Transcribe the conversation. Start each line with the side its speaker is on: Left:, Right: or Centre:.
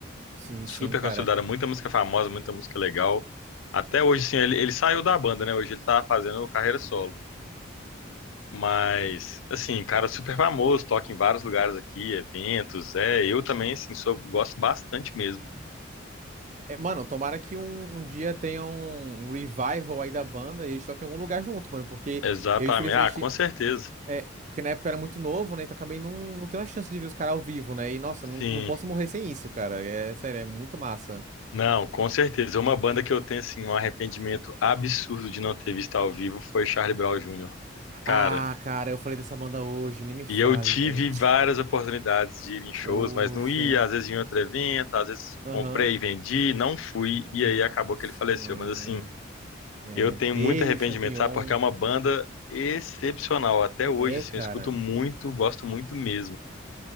Right: Sim,
Left: super
Right: sim, cara.
Left: consolidada, muita música famosa, muita música legal. Até hoje, assim, ele, ele saiu da banda, né? Hoje ele tá fazendo carreira solo. Mas, assim, cara super famoso, toca em vários lugares aqui, eventos, é. Eu também, assim, sou, gosto bastante mesmo.
Right: É, mano, tomara que um, um dia tenha um, um revival aí da banda e eles toquem em algum lugar junto, mano, porque
Left: Exatamente.
Right: eu infelizmente.
Left: Ah, com certeza.
Right: É, porque na época eu era muito novo, né? Então acabei não, não tendo a chance de ver os caras ao vivo, né? E nossa, não,
Left: Sim.
Right: não posso morrer sem isso, cara. É sério, é muito massa.
Left: Não, com certeza. Uma banda que eu tenho, assim, um arrependimento absurdo de não ter visto ao vivo foi Charlie Brown Jr. Cara,
Right: Ah, cara, eu falei dessa banda hoje, nem me fale,
Left: E eu tive
Right: velho.
Left: várias oportunidades de ir em shows,
Right: Poxa.
Left: mas não ia, às vezes em outro evento, às vezes
Right: Aham.
Left: comprei e vendi, não fui,
Right: Nossa,
Left: e aí acabou que ele faleceu.
Right: mano.
Left: Mas assim,
Right: É.
Left: eu tenho
Right: É. Ele,
Left: muito arrependimento,
Right: o Champignon.
Left: sabe? Porque é uma banda excepcional. Até hoje,
Right: É,
Left: assim,
Right: cara.
Left: eu escuto muito, gosto muito mesmo.